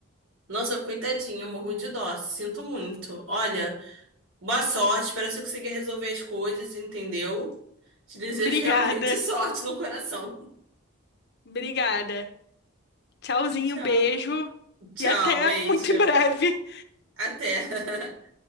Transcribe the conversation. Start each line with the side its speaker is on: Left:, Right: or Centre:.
Right: Nossa, coitadinha, morro de dó, sinto muito. Olha, Boa sorte, espero que você consiga resolver as coisas, entendeu? Te desejo
Left: Obrigada.
Right: realmente <laughs> sorte no coração.
Left: Obrigada. Tchauzinho,
Right: Tchau,
Left: beijo
Right: tchau,
Left: e até
Right: beijo.
Left: muito em breve.
Right: Até. <laughs>